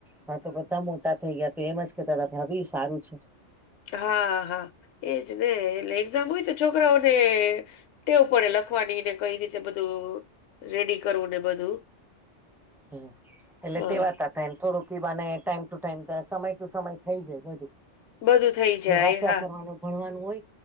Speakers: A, in the centre; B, on the left.
A: હા તો બધા મોટા થઇ ગયા તો એમજ કે તા ભાભી સારું છે
B: હા હા એજ ને એટલે એક્ઝામ હોય તો છોકરાઓને ટેવ પડે લખવાની ને કઈ રીતે બધું રેડી કરવું ને બધું
A: હા એટલે
B: હા
A: તેવાતા તા એમ થોડુંકને ટાઈમ ટુ ટાઈમ સમય ટુ સમય થઈ જાય બધું
B: બધું થઈ જાય
A: જે વાંચયા
B: હા
A: કરવાનું ભણવાનું હોય